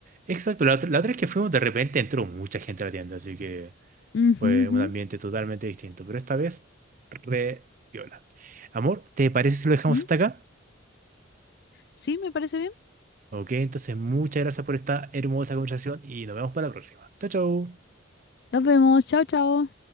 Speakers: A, on the right; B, on the left.
A: Exacto, la otra, la otra vez que fuimos de repente entró mucha gente a la tienda, así que
B: Ujú,
A: fue
B: ujú,
A: un ambiente totalmente distinto, pero esta vez re viola. Amor, ¿te parece si lo dejamos
B: mm.
A: hasta acá?
B: Sí, me parece bien.
A: Ok, entonces muchas gracias por esta hermosa conversación y nos vemos para la próxima. Chao, chao.
B: Nos vemos, chao, chao.